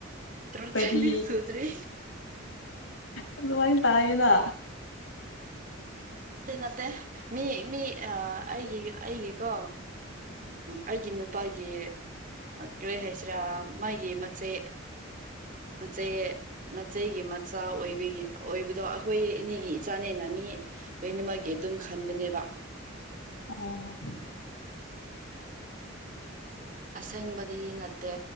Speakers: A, on the right; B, on the left.
A: ꯇꯔꯨꯛꯇꯗꯤ
B: ꯆꯍꯤ
A: ꯁꯨꯗ꯭ꯔꯤ
B: ꯑꯗꯨꯃꯥꯏ ꯇꯥꯏꯌꯦꯅ
A: ꯅꯠꯇꯦ ꯅꯠꯇꯦ ꯃꯤ ꯃꯤ ꯑꯥ ꯑꯩꯒꯤ ꯑꯩꯒꯤꯀꯣ ꯑꯩꯒꯤ ꯅꯨꯄꯥꯒꯤ ꯀꯔꯤ ꯍꯥꯏꯁꯤꯔꯥ ꯃꯥꯒꯤ ꯃꯆꯦ ꯃꯆꯦ ꯃꯆꯦꯒꯤ ꯃꯆꯥ ꯑꯣꯏꯕꯒꯤ ꯑꯣꯏꯕꯗꯣ ꯑꯩꯈꯣꯏ ꯑꯅꯤꯒꯤ ꯏꯆꯥꯅꯦꯅ ꯃꯤ ꯂꯣꯏꯅꯃꯛꯒꯤ ꯑꯗꯨꯝ ꯈꯟꯕꯅꯦꯕ
B: ꯑꯣ
A: ꯑꯁꯪꯕꯗꯤ ꯅꯠꯇꯦ